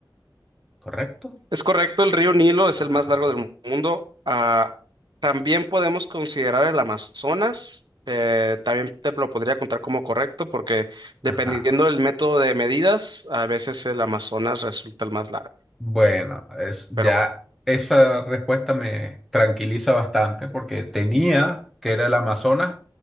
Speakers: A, in the centre; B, on the right (about 65°).
A: ¿correcto?
B: Es correcto, el río Nilo es
A: Ajá,
B: el más largo del mundo. Ah, también podemos considerar el Amazonas. eh, también te lo podría contar como correcto porque dependiendo
A: ajá.
B: del método de medidas, a veces el Amazonas resulta el más largo.
A: Bueno, es, ya
B: Pero va,
A: esa respuesta me tranquiliza bastante porque tenía que era el Amazonas